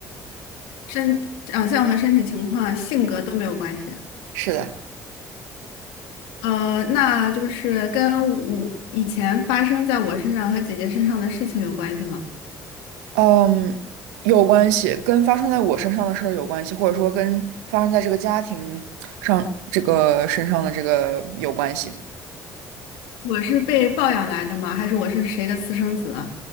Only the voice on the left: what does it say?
身长相和身体情况、性格都没有关系。
呃，那就是跟我以前发生在我身上和姐姐身上的事情有关系吗？
我是被抱养来的吗？还是我是谁的私生子？